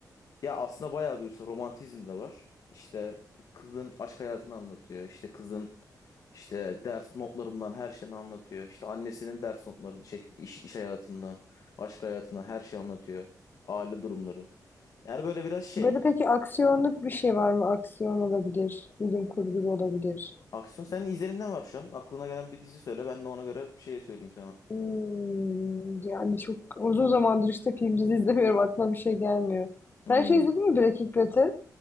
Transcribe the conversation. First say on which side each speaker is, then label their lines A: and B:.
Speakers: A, on the left; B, on the left.
A: Ya aslında bayağı duysa romantizm de var. İşte kızın aşk hayatını anlatıyor. İşte kızın işte ders notlarından her şeyini anlatıyor. İşte annesinin ders notlarını şey iş, iş hayatından, aşk hayatından her şeyi anlatıyor. Aile durumları. Yani böyle biraz şey.
B: Böyle peki aksiyonluk bir şey var mı? Aksiyon olabilir, bilim kurgu da olabilir.
A: Aksiyon senin izlerinden var şu an. Aklına gelen bir dizi söyle. Ben de ona göre bir şey söyleyeyim sana.
B: Hmm, yani çok uzun zamandır işte film dizi izlemiyorum. Aklıma bir şey gelmiyor.
A: Hmm.
B: Sen şey izledin mi Breaking Bad'i?